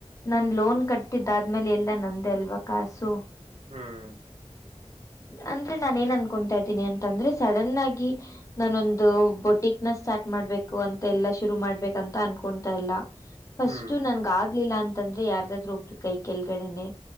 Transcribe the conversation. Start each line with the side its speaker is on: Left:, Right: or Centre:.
Left: ನನ್
Right: ಹ್ಮ್
Left: ಲೋನ್ ಕಟ್ಟಿದ್ದ. ಆದ್ಮೇಲೆ ಎಲ್ಲಾ ನಂದ ಅಲ್ವಾ ಕಾಸು.
Right: ಹ್ಮ್.
Left: ಅಂದ್ರೆ ನಾನ ಏನ್ ಅನ್ಕೊತಾ ಇದ್ದೀನಿ ಅಂತಂದ್ರೆ ಸಡನ್ ಆಗಿ ನಾನೊಂದ. ಬೋಟಿಕ್ ನ ಸ್ಟಾರ್ಟ್ ಮಾಡ್ಬೇಕು ಅಂತ ಎಲ್ಲಾ ಶುರು ಮಾಡ್ಬೇಕಂತ ಅನ್ಕೊತಾ ಇಲ್ಲ. ಫಸ್ಟ್ು
Right: ಹ್ಮ್
Left: ನನ್ಗ ಆಗ್ಲಿಲ್ಲ ಅಂತಂದ್ರೆ ಯಾರ್ದಾದ್ರೂ ಒಬ್ರು ಕೈ ಕೆಳಗಡೆನೆ.